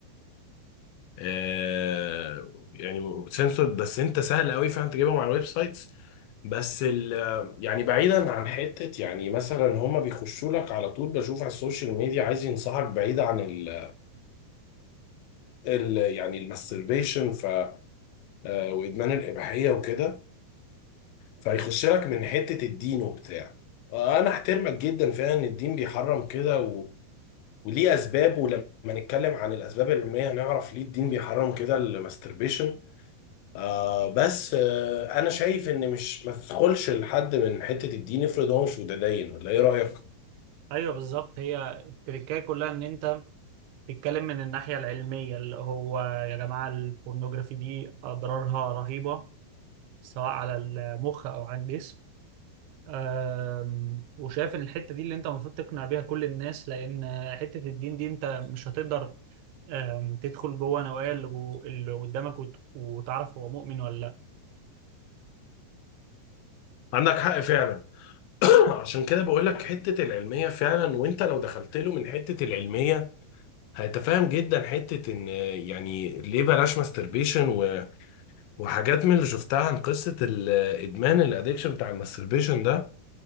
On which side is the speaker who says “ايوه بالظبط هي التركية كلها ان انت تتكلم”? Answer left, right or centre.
Right